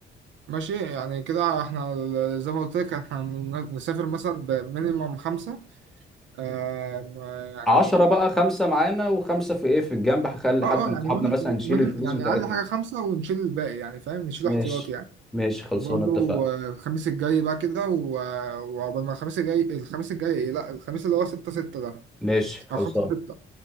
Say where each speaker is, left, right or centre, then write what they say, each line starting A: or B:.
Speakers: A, on the right; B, in the centre.
A: ماشي يعني كده احنا ال- زي ما قلت لك احنا ن- نسافر مثلا بمينيمم خمسه آم، يعني
B: عشرة بقى خمسة معانا وخمسة في ايه في الجنب هخلي
A: اه
B: حد من
A: اه يعني
B: صحابنا
A: minimum-
B: مثلا يشيل
A: minimum-
B: الفلوس
A: يعني
B: بتاعتنا
A: اقل حاجه خمسه ونشيل الباقي يعني فاهم نشيل
B: ماشي
A: احتياطي يعني
B: ماشي خلصانه
A: وبرضو
B: اتفقنا
A: آه، الخميس الجاي بقى كده و- آه، وعقبال ما الخميس الجاي الخميس الجاي إيه؟ لا الخميس اللي هو 6 6 ده
B: ماشي خلصان
A: او 5 6